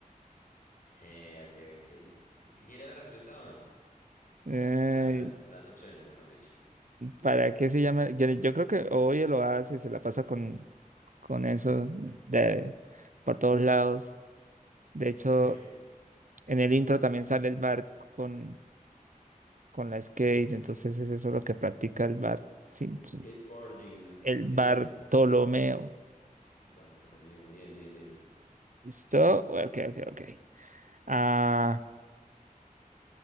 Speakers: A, on the left; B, on the right.
A: Eh, ok, ok. ¿Es que quiere la respuesta o no?
B: <laughs>
A: La- las,
B: Ey,
A: las opciones, mejor dicho.
B: ¿para qué se llama? Yo, yo creo que hoy lo hace, se la pasa con, con eso de, por todos lados. De hecho,
A: Ok.
B: en el intro también sale el Bart con, con la skate, entonces es eso lo que practica el Bart Simpson.
A: Skateboarding.
B: El
A: Muy
B: Bartolomeo.
A: bien. Bartolomeo. Bien, bien, bien.
B: ¿Listo? Ok, ok, ok. Ah,